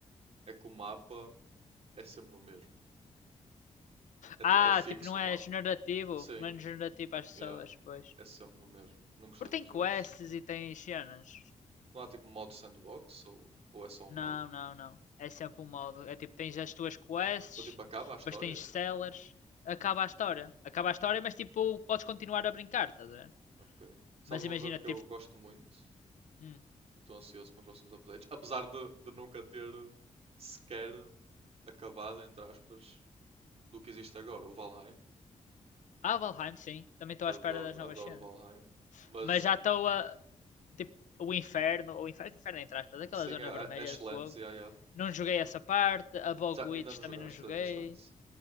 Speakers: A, on the right (about 55°); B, on the left (about 80°).
A: é que o mapa é sempre o mesmo. É,
B: Ah,
A: ti- é fixo
B: tipo, não
A: o
B: é
A: mapa.
B: generativo,
A: Sim,
B: não é generativo às pessoas,
A: yeah,
B: pois.
A: é sempre o mesmo. Não gostei
B: Porque
A: muito
B: tem quests
A: disso.
B: e tem cenas.
A: Não há tipo um modo sandbox ou, ou é só um
B: Não,
A: modo?
B: não, não. É sempre um modo. É tipo, tens as tuas quests,
A: Então tipo acaba a história?
B: depois tens sellers, acaba a história. Acaba a história, mas tipo, podes continuar a brincar, estás a ver?
A: Ok. Sabes
B: Mas imagina,
A: um jogo que
B: tipo.
A: eu gosto muito
B: Hum.
A: e estou ansioso para os próximos updates, apesar de, de nunca ter sequer acabado, entre aspas, do que existe agora, o Valheim.
B: Ah, Valheim, sim. Também estou
A: Adoro,
B: à espera das novas
A: adoro
B: cenas.
A: Valheim. Mas
B: Mas já estou a. Tipo, o inferno, o inferno, inferno entre aspas, aquela
A: sem
B: zona
A: a
B: vermelha
A: a Ashlands,
B: de fogo.
A: yeah, yeah.
B: Não joguei essa parte. A Bogwitch
A: Já, ainda não
B: também
A: jogaste
B: não joguei.
A: a Ashlands?